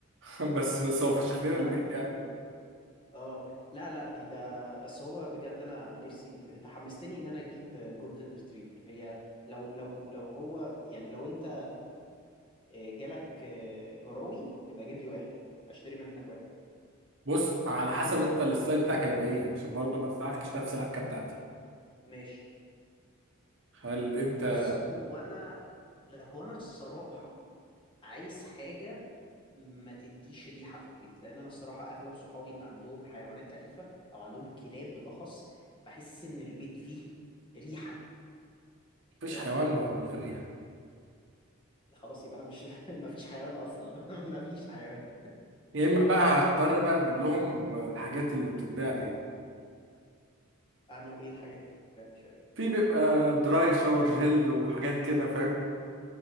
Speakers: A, on the right (about 60°); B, on the left (about 25°).
A: <laughs> بس سوف فشخ
B: <laughs>
A: لنا
B: يتمرمى
A: البيت
B: في
A: يعني
B: التراب اه لا لا بيبقى بس هو بجد انا نفسي انت انت حمستني ان انا اجيب جولدن ريتريفر هي لو لو لو هو يعني لو انت آه، جالك آه، جراوي يبقى جيب لي واحد اشتري منك واحد
A: بص على حسب انت الستايل بتاعك هيبقى ايه عشان برضه ما تتعكش
B: امم
A: نفس العكه بتاعتي
B: ماشي
A: هل انت
B: بص هو انا هو انا الصراحة عايز حاجة ما تديش ريحة في البيت لان انا الصراحة اغلب صحابي اللي عندهم حيوانات أليفة او عندهم كلاب بالاخص بحس ان البيت فيه ريحة
A: مفيش
B: فاهم
A: حيوان من غير ريحه
B: خلاص يبقى انا مش <laughs> مفيش حيوان اصلا <laughs> مفيش حيوان
A: يا اما بقى هتضطر بقى تجيب لهم الحاجات اللي بتتباع دي
B: عنه ايه الحاجات اللي بتتباع مش فاهم
A: في بيبقى دراي شاور جل وحاجات كده فاهم